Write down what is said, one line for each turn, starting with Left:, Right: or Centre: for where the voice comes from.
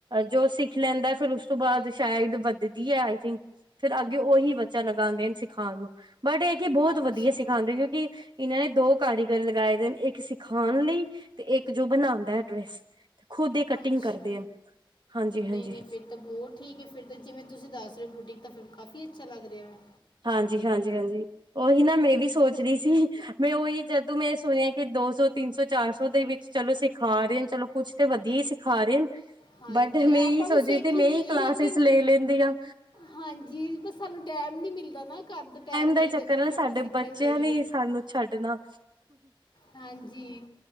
Right: ਜੋ ਸਿੱਖ ਲੈਂਦਾ ਫਿਰ ਉਸ ਤੋਂ ਬਾਅਦ ਸ਼ਾਇਦ ਵੱਧਦੀ ਹੈ, ਆਈ ਥਿੰਕ ਫਿਰ, ਅੱਗੇ ਉਹੀ ਬੱਚਾ ਲਗਾਉਂਦੇ ਨੇ, ਸਿਖਾਉਣ ਨੂੰ ਬਟ ਇਹ ਕਿ ਬਹੁਤ
Left: ਅੱਛਾ
Right: ਵਧੀਆ ਸਿਖਾਉਂਦੇ ਕਿਉਂਕਿ ਇਹਨਾਂ ਨੇ ਦੋ ਕਾਰੀਗਰ ਲਗਾਏ ਦੇ ਨੇ, ਇੱਕ ਸਿਖਾਉਣ ਲਈ ਤੇ ਇੱਕ ਜੋ ਬਣਾਉਂਦਾ ਹੈ ਡਰੈਸ ਖੁਦ ਦੇ ਕਟਿੰਗ
Left: ਅੱਛਾ
Right: ਕਰਦੇ ਹਨ, ਹਾਂਜੀ -ਹਾਂਜੀ!
Left: ਨਹੀਂ ਨਹੀਂ ਫਿਰ ਤਾਂ ਬਹੁਤ ਠੀਕ ਹੈ, ਫਿਰ ਤਾਂ ਜਿਵੇਂ ਤੁਸੀਂ ਦੱਸ ਰਹੇ ਹੋ ਬੂਟਿਕ ਤਾਂ ਫਿਰ ਕਾਫੀ ਅੱਛਾ ਲੱਗ ਰਿਹਾ।
Right: ਹਾਂਜੀ -ਹਾਂਜੀ -ਹਾਂਜੀ! ਉਹੀ ਨਾ, ਮੈਂ ਵੀ ਸੋਚ ਰਹੀ ਸੀ, ਮੈਂ ਉਹੀ ਜਦੋਂ ਮੈਂ ਸੁਣਿਆ ਕਿ ਦੋ ਸੌ ਤਿੰਨ ਸੌ ਚਾਰ ਸੌ ਦੇ ਵਿੱਚ ਚਲੋ ਸਿਖਾ ਰਹੇ ਨੇ ਚਲੋ ਕੁਛ ਤਾਂ ਵਧੀਆ ਹੀ ਸਿਖਾ ਰਹੇ ਨੇ।
Left: ਹਾਂਜੀ
Right: ਬਟ ਮੈਂ ਇਹ
Left: ਆਪਾਂ
Right: ਸੋਚਦੀ
Left: ਵੀ ਸਿੱਖ
Right: ਸੀ ਮੈਂ
Left: ਲਈਏ
Right: ਹੀ ਕਲਾਸਿਸ
Left: ਲੇਕਿਨ
Right: ਲੈ ਲੈਂਦੀ ਹਾਂ।
Left: ਹਾਂਜੀ ਸਾਨੂੰ ਟੈਮ ਨੀ ਮਿਲਦਾ ਨਾ ਘਰ ਤੋਂ, ਟੈਮ ਮਿਲ
Right: ਦਾ ਹੀ ਚੱਕਰ
Left: ਜਾਏ ਤਾਂ
Right: ਹੈ
Left: ਫਿਰ
Right: ਨਾ
Left: ਆਪਾਂ
Right: ਸਾਡੇ
Left: ਸਿੱਖਣ
Right: ਬੱਚਿਆਂ
Left: ਜਾਈਏ।
Right: ਨੇ ਸਾਨੂੰ ਛੱਡਣਾ
Left: ਹਾਂਜੀ,